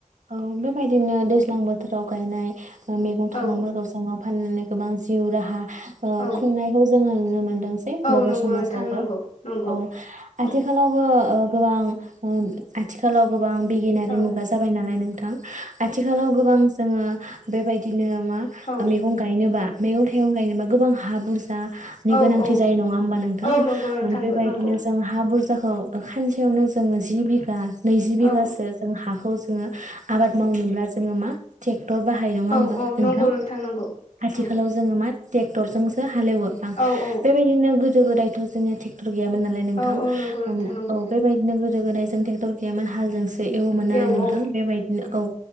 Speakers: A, on the right; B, on the left.
A: औ बेबायदिनो दैज्लां बोथोर थोराव गायनाय मैगं थाइगंफोरखौ
B: औ
A: जोङो फाननानै गोबां जिउ राहा ओ
B: औ
A: खुंनायखौ जोङो नुनो मोनदोंसै
B: औ
A: बर'
B: नंगौ
A: समाजावबो
B: नोंथां नंगौ नंगौ
A: औ आथिखालावबो
B: औ
A: ओ गोबां ओ आथिखालावबो गोबां बिगियानारि
B: औ
A: मुगा जाबायालाय नों थां आथिखालाव गोबां जोङो बेबायदि बिदिनो मा
B: औ
A: मैगं गायनोबा मैगं थाइगं गायनोबा गोबां हा बुरजा नि
B: औ
A: गोनांथि
B: औ
A: जायो नङा होमबा नोंथां
B: औ नंगौ नोंथां
A: बेबायदिनो
B: नंगौ
A: जों हा बुरजाखौ औ खानसेयावनो जोङो जि बि गा नैजि बिघासो
B: औ
A: जों हाखौ जोङो आबाद मावनोबा जोङो मा ट्रेक्टर बाहायो नङा
B: औ
A: होमबा
B: औ
A: नोंथां
B: नंगौ नंगौ
A: आथिखालाव
B: नंगौ
A: जोङो मा ट्रेक टरजोंसो हालेवो आं
B: औ औ
A: बेबायदिनो गो गो दायथ' जोङो ट्रेक्टर गैयामोन नालाय नोंथां
B: औ औ नंगौ नोंथां नंगौ
A: औ बेबायदिनो गोदो गोदाय <unintelligible> टर गैयामोन हालजोंसो एवोमोन आरो
B: औ
A: नोंथां
B: औ
A: बेबायदिनो औ